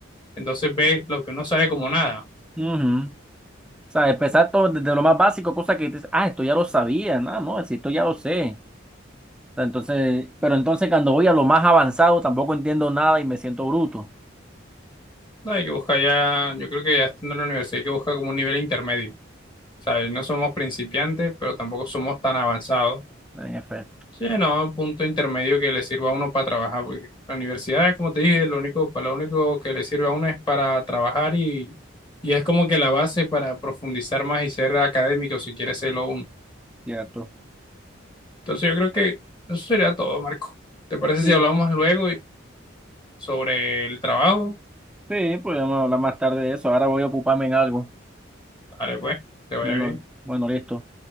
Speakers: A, on the left; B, in the centre.
A: entonces ve lo que uno sabe como nada.
B: ujú. O sea, empezar todo desde lo más básico, cosa que dices, ah, esto ya lo sabía, no, no, si esto ya lo sé. O sea, Entonces, pero entonces cuando voy a lo más avanzado tampoco entiendo nada y me siento bruto.
A: No Hay que buscar ya, yo creo que ya estando en la universidad hay que buscar como un nivel intermedio. O sea, no somos principiantes, pero tampoco somos tan avanzados.
B: En efecto.
A: Sí, no, un punto intermedio que le sirva a uno para trabajar, porque la universidad, como te dije, lo único, para lo único que le sirve a uno es para trabajar y, y es como que la base para profundizar más y ser académico si quiere serlo uno.
B: Cierto.
A: Entonces yo creo que eso sería todo, Marco. ¿Te parece
B: Sí,
A: si hablamos más luego y- sobre el trabajo?
B: sí, podemos hablar más tarde de eso. Ahora voy a ocuparme en algo.
A: Vale, pues, te vaya
B: Bueno,
A: bien.
B: bueno, listo.